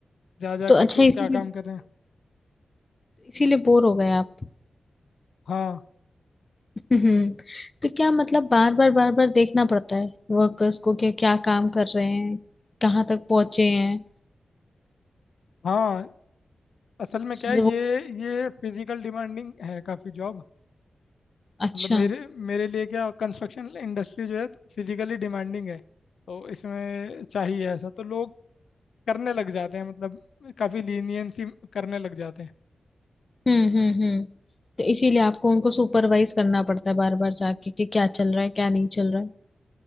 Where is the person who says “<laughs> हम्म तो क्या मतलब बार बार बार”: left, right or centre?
Left